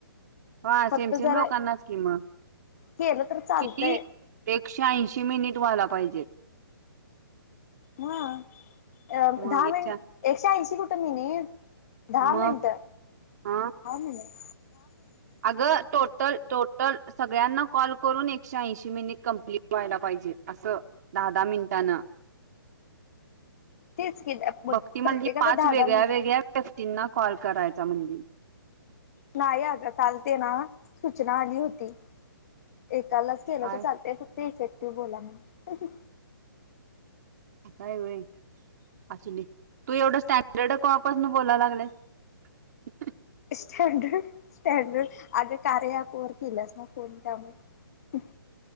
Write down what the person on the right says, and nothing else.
हा
सेमसेम
लोकांनाच किंमत
किती एकशे ऐंशी मिनिट व्हाला पाहिजेत
मग
एकशे
मग
अ
अगं तो तर टोटल सगळ्यांना कॉल करून एकशे ऐशी मिनिट कंप्ट व्हायला पाहिजे अस दधहा मिनटनां
भघती म्हणली
पाच
वेगळ्या
वेगळ्या व्यक्तींना कॉल करायचा म्हणली
काय
काय वे असुली तू एवढं स्टँडर्ड क वापसून बोलायला लागलेस <unintelligible>